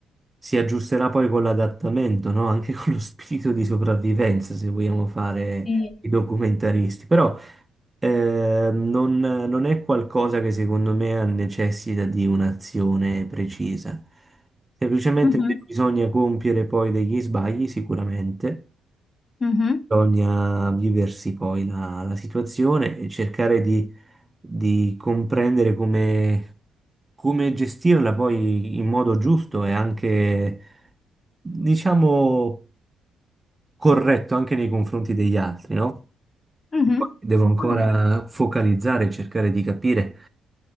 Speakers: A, on the right; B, on the left.
A: si aggiusterà poi con l'adattamento, no? Anche <laughs> con lo spirito di sopravvivenza, se vogliamo fare
B: Sì.
A: i documentaristi. Però eh, non, non è qualcosa che secondo me ha necessita di un'azione precisa. Semplicemente
B: Mhm,
A: bisogna compiere poi degli sbagli, sicuramente,
B: mhm,
A: Bisogna viversi poi la, la situazione e cercare di, di comprendere come, come gestirla poi in modo giusto e anche, diciamo, corretto anche nei confronti degli altri, no?
B: mhm.
A: E poi Devo ancora
B: Mm,
A: focalizzare e cercare di capire